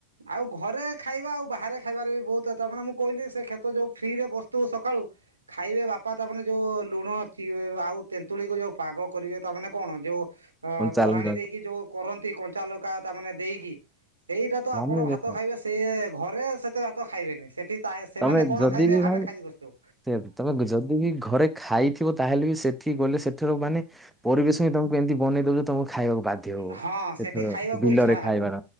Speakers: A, on the right; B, in the centre.
A: ଆଉ ଘରେ ଖାଇବା ଆଉ ବାହାରେ ଖାଇବାରେ ବି ବହୁତ ତା ମାନେ ମୁଁ କହିଲି ସେ କ୍ଷେତ ଯୋଉ ଫ୍ରିରେ ବସଥିବୁ ସକାଳୁ ଖାଇବେ ବାପା ତାମାନେ ଯେଉଁ ଲୁଣ ଆଉ ତେନ୍ତୁଳିକୁ ଯେଉ ପାଗ କରିବେ ତାମାନେ କଣ ଯୋଉ ଅ
B: ହଁ ଚାଲୁନ
A: ତରାଣି ଦେଇକି ଯୋଉ କରନ୍ତି କ କଞ୍ଚା ଲଙ୍କା ଦେଇକି ତା ମାନେ ଦେଇକି ସେଇଟା ତ
B: ମାନେ
A: ଆପଣ ଭାତ
B: ଦେଖ
A: ଖାଇବେ ସେ ଘରେ ସେତେ ଭାତ ଖାଇବେନି ସେଠି ତା ସେମାନେ
B: ତମେ
A: କଣ
B: ଯଦି
A: ଖାଇବେ
B: ବି ଭାଇ
A: ଆମେ ଖାଇକି ବସିଥିବୁ
B: ସେ ତମେ ଯଦି ବି ଘରେ ଖାଇଥିବ ତାହେଲେ ବି ସେଠି ଗଲେ ସେଠର ମାନେ ପରିବେଶ ହଁ ତମକୁ ଏମିତି ବନେଇ ଦଉଛ ତମକୁ ଖାଇବାକୁ ବାଧ୍ୟ ହବ
A: ହଁ
B: ସେଥର
A: ସେଠି ଖାଇବାକୁ
B: ବିଲରେ
A: ଇଛା ହବ
B: ଖାଇବାର